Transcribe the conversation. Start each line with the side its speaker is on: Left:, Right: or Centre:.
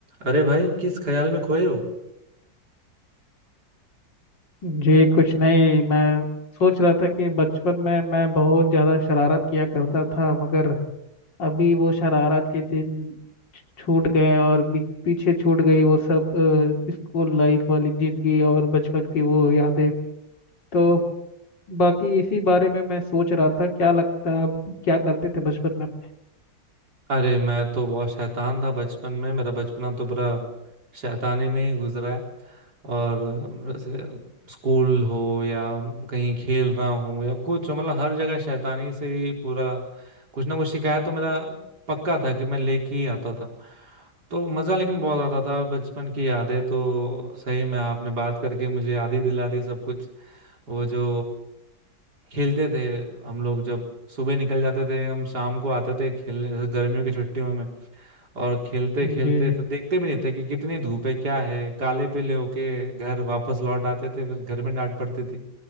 Right: अरे भाई किस ख्याल में खोए हो
Left: जी कुछ नहीं मैं सोच रहा था कि बचपन में मैं बहुत ज़्यादा शरारत किया करता था मगर अभी वो शरारत के दिन छूट गए और बी- पीछे छूट गई वो सब अ, स्कूल लाइफ वाली जिंदगी और बचपन की वो यादें तो बाकी इसी बारे में मैं सोच रहा था क्या लगता है आप क्या करते थे बचपन में अपने?
Right: अरे मैं तो बहुत शैतान था बचपन में मेरा बचपना तो पूरा शैतानी में ही गुजरा है और अ, जैसे स्कूल हो या कहीं खेल रहा हूँ या कुछ मतलब हर जगह शैतानी से ही पूरा कुछ ना कुछ शिकायत तो मेरा पक्का था कि मैं लेके ही आता था तो मज़ा लेकिन बहुत आता था बचपन की यादें तो सही में आपने बात करके मुझे याद ही दिला दी सब कुछ वो जो खेलते थे हम लोग जब सुबह निकल जाते थे हम शाम को आते थे खेलने जैसे गर्मियों की छुट्टियों में और खेलते खेलते
Left: जी जी
Right: फिर देखते भी नहीं थे कि कितनी धूप है क्या है काले पीले होके घर वापस लौट आते थे फिर घर में डांट पड़ती थी